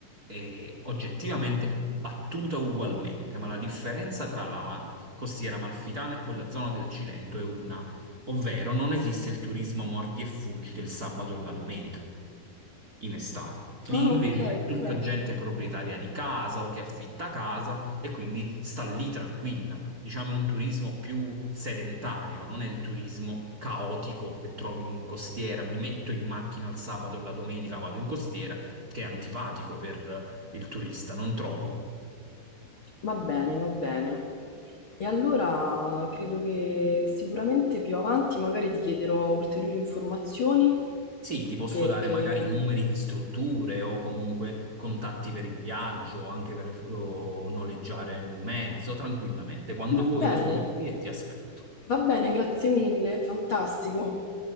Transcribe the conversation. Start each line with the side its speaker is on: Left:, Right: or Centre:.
Right: e oggettivamente battuta ugualmente, ma la differenza tra la ma- costiera amalfitana e quella zona del Cilento è una ovvero non esiste il turismo mordi e fuggi del sabato e la domenica in estate.
Left: Ah,
Right: Lì invece
Left: ok,
Right: c'è tutta
Left: ok.
Right: gente proprietaria di casa o che affitta casa e quindi sta lì tranquilla. Diciamo è un turismo più sedentario, non è il turismo caotico che trovi in costiera. Mi metto in macchina il sabato e la domenica vado in costiera, che è antipatico per eh, il turista, non trovi?
Left: Va bene, va bene. E allora credo che sicuramente più avanti magari ti chiederò ulteriori informazioni
Right: Sì, ti posso
Left: perché
Right: dare magari numeri di strutture o comunque contatti per il viaggio, anche per eh, noleggiare un mezzo tranquillamente. Quando
Left: va
Right: vuoi
Left: bene,
Right: io sono qui e ti aspetto.
Left: va bene, grazie mille, fantastico.